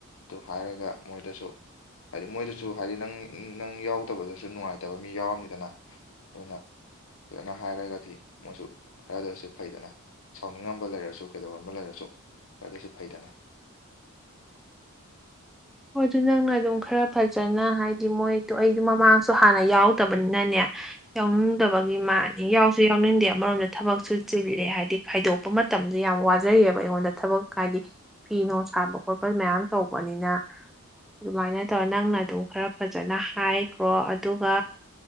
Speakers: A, on the left; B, in the centre.
A: ꯇꯨ ꯍꯥꯏꯔꯒ ꯃꯣꯏꯗꯁꯨ ꯍꯥꯏꯗꯤ ꯃꯣꯏꯗꯁꯨ ꯍꯥꯏꯗꯤ ꯅꯪ ꯅꯪ ꯌꯥꯎꯗꯕꯗꯁꯨ ꯅꯨꯡꯉꯥꯏꯇꯕ ꯃꯤ ꯌꯥꯎꯔꯝꯃꯤꯗꯅ ꯑꯗꯨꯅꯅ ꯍꯥꯏꯔꯒꯗꯤ ꯃꯣꯏꯁꯨ ꯈꯔꯗꯁꯨ ꯐꯩꯗꯅ ꯁꯥꯎꯅꯤꯡꯉꯝꯕ ꯂꯩꯔꯁꯨ ꯀꯩꯗꯧꯔꯝꯕ ꯂꯩꯔꯁꯨ ꯌꯥ ꯀꯩꯁꯨ ꯐꯥꯏꯗ ꯅ
B: ꯍꯣꯏ ꯑꯗꯨ ꯅꯪꯅ ꯑꯗꯨꯝ ꯈꯔ ꯐꯖꯅ ꯍꯥꯏꯗꯤ ꯃꯣꯏꯗꯣ ꯑꯩꯗ ꯃꯃꯥꯡꯁꯨ ꯍꯥꯟꯅ ꯌꯥꯎꯗꯕꯅꯤꯅꯅꯦ ꯌꯥꯎꯅꯤꯡꯗꯕꯒꯤ ꯃꯥꯅꯤ ꯌꯥꯎꯁꯨ ꯌꯥꯎꯅꯤꯡꯗꯦ ꯑꯃꯔꯣꯝꯗ ꯊꯕꯛꯁꯨ ꯆꯤꯜꯂꯦ ꯍꯥꯏꯗꯤ ꯈꯥꯏꯗꯣꯛꯄ ꯃꯇꯝꯗ ꯌꯥ ꯌꯥꯝ ꯋꯥꯖꯩꯌꯦꯕ ꯑꯩꯉꯣꯟꯗ ꯊꯕꯛ ꯍꯥꯏꯗꯤ ꯐꯤ ꯅꯨꯡ ꯁꯥꯕ ꯈꯣꯠꯄ ꯃꯌꯥꯝ ꯇꯧꯕꯅꯤꯅ ꯑꯗꯨꯃꯥꯏꯅ ꯇꯧꯔ ꯅꯪꯅ ꯑꯗꯨꯝ ꯈꯔ ꯐꯖꯅ ꯍꯥꯏꯈꯣ ꯑꯗꯨꯒ